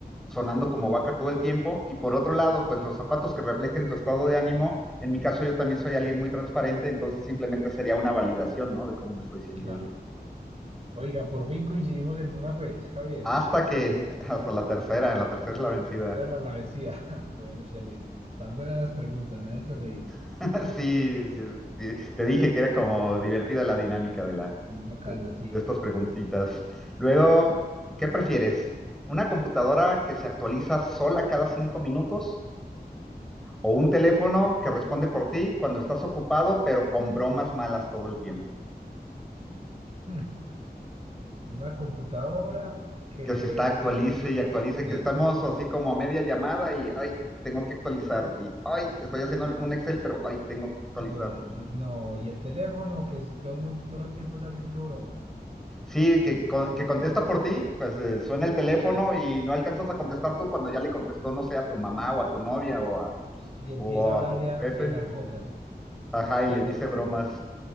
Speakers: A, in the centre; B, on the right.
A: sonando como vaca todo el tiempo. Y por otro lado, pues los zapatos que reflejen tu estado de ánimo. En mi caso, yo también soy alguien muy transparente, entonces simplemente sería una validación, ¿no? De cómo me estoy sintiendo.
B: Claro. Oiga, por fin coincidimos en una, pues, Javier.
A: Hasta que, hasta la tercera, la tercera es la
B: La
A: vencida.
B: tercera la, la vencida. <laughs> Bueno, excelente. Están buenas las preguntas, me han hecho reír.
A: <laughs> Sí, sí, sí. Te dije que era como divertida la dinámica de la
B: Muy bacana,
A: de, de
B: sí.
A: estas preguntitas. Luego, ¿qué prefieres? ¿Una computadora que se actualiza sola cada cinco minutos o un teléfono que responde por ti cuando estás ocupado, pero con bromas malas todo el tiempo?
B: Hmm, Una computadora que...
A: Que se está actualice y actualice,
B: Sí.
A: que estamos así como a media llamada y ay, tengo que actualizar y ay, estoy haciendo un Excel, pero ay, tengo que actualizar.
B: No, eh, no. Y el teléfono que es- todo el mundo, todo el tiempo está haciendo bromas.
A: Sí, que, con- que contesta por ti, pues eh, suena el teléfono
B: Ah,
A: y no alcanzas a contestar tú cuando ya le contestó, no sé, a tu mamá o a tu novia o a,
B: Y empieza
A: o
B: a hablar
A: a tu
B: y a, a
A: jefe.
B: hablar cosas
A: Ajá, y
B: y
A: le
B: a hacer
A: dice
B: bromas.
A: bromas